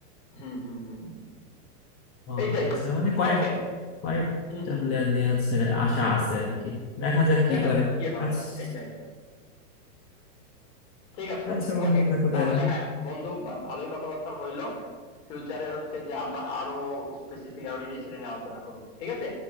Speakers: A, on the left; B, on the left.
A: হুম হুম হুম হুম।
B: ও
A: এইটাই
B: আচ্ছা মানে কয়েক
A: ওকে
B: কয়েকটা
A: হুম হুম
B: প্লেয়ার নিয়ে হচ্ছে আশা আছে আর কি দেখা যাক কি
A: দেখা
B: করে
A: যাক কি হয়
B: আচ্ছা
A: এইটাই ঠিক আছে
B: আচ্ছা বন্ধু
A: ওকে
B: থাকো
A: তাহলে
B: তাহলে
A: হ্যাঁ বন্ধু বা- ভালোই কথাবার্তা হইলো ফিউচারে হচ্ছে যে আমরা আরো স্পেসিফিক আরো ডিটেইলস এটা নিয়ে আলোচনা করব ঠিক আছে